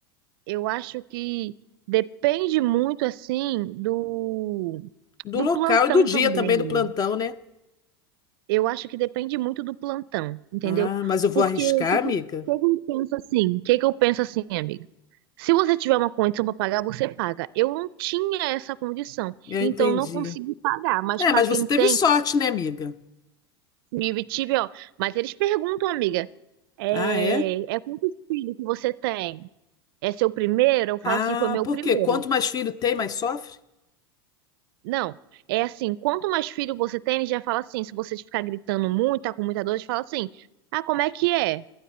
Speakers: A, on the right (about 65°); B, on the left (about 30°).
A: Eu acho que depende muito, assim, do,
B: do
A: do
B: local
A: plantão
B: e do dia
A: também,
B: também,
A: Lu.
B: do plantão, né?
A: Eu acho que depende muito do plantão, entendeu?
B: Ah, mas eu vou
A: Porque
B: arriscar,
A: o que
B: amiga?
A: que eu, o que que eu penso assim? O que que eu penso assim, amiga? Se você tiver uma condição para pagar, você paga. Eu não tinha essa condição,
B: Eu
A: então
B: entendi.
A: não consegui pagar. Mas
B: É,
A: para
B: mas
A: quem
B: você teve
A: tem,
B: sorte, né, amiga?
A: vive, tive, ó. Mas eles perguntam, amiga, é,
B: Ah, é?
A: é quantos filhos que você tem? É seu primeiro? Eu falo
B: Ah,
A: assim, foi meu
B: por
A: primeiro.
B: quê? Quanto mais filho tem, mais sofre?
A: Não, é assim, quanto mais filho você tem, ele já fala assim, se você ficar gritando muito, tá com muita dor, ele fala assim, ah, como é que é?